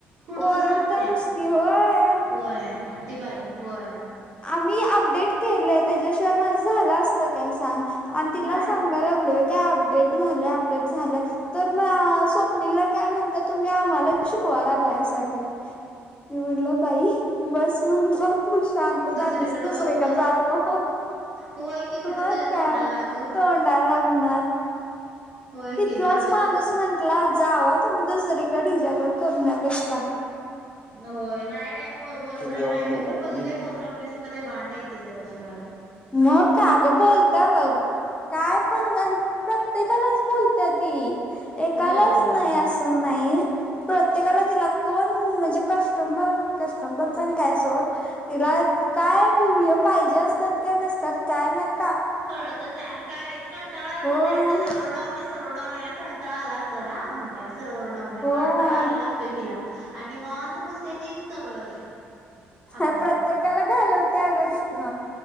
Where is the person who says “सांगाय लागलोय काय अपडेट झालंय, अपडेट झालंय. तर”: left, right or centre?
Left